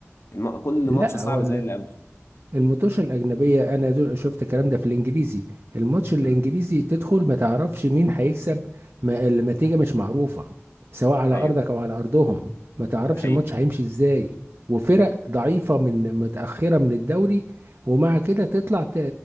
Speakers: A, on the left; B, on the right.
A: الم... كل
B: لا
A: ماتش صعب
B: هو
A: زي اللي قبله
B: الماتش الأجنبية أنا دو- شفت الكلام ده في الإنجليزي الماتش الإنجليزي
A: امم
B: تدخل ما تعرفش مين هيكسب ما النتيجة مش معروفة سواء على
A: ايوه
B: أرضك أو على أرضهم ما تعرفش
A: ده حقيقي
B: الماتش هيمشي إزاي وفرق ضعيفة من متأخرة من الدوري ومع كده تطلع ت-